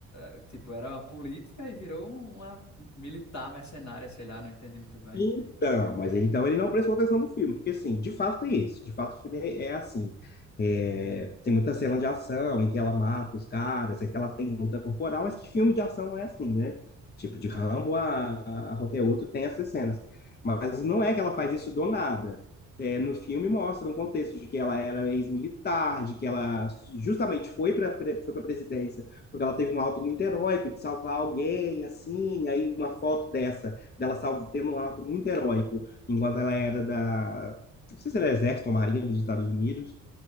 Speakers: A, on the left; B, on the left.
A: eh, tipo, era uma política e virou uma militar mercenária, sei lá, não entendi muito bem.
B: Então, mas ele, então ele não prestou atenção no filme, porque assim, de fato é isso, de fato o filme é, é assim. É, tem muita cena de ação em que ela mata os caras, é que ela tem luta corporal, mas que filme de ação não é assim, né? Tipo, de Rambo
A: É.
B: a, a qualquer outro tem essas cenas. Mas não é que ela faz isso do nada. É, no filme mostra um contexto de que ela era ex-militar, de que ela justamente foi para foi para presidência porque ela teve um alto muito heróico de salvar alguém, assim, aí uma foto dessa dela salvo tendo um ato muito heróico, enquanto ela era da, não sei se era exército ou marinha dos Estados Unidos,